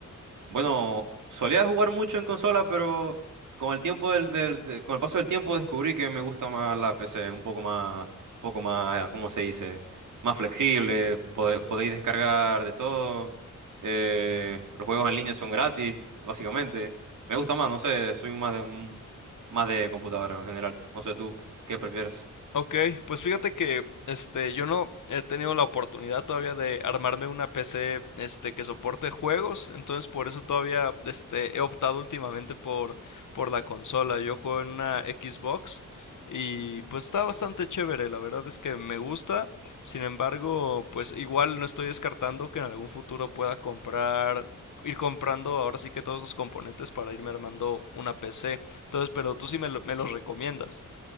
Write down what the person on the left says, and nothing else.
Ok, pues fíjate que este, yo no he tenido la oportunidad todavía de armarme una PC este, que soporte juegos, entonces por eso todavía este, he optado últimamente por, por la consola. Yo juego en una Xbox y pues está bastante chévere, la verdad es que me gusta, sin embargo, pues igual no estoy descartando que en algún futuro pueda comprar, ir comprando ahora sí que todos los componentes para irme armando una PC. Entonces, pero tú sí me, lo- me los recomiendas.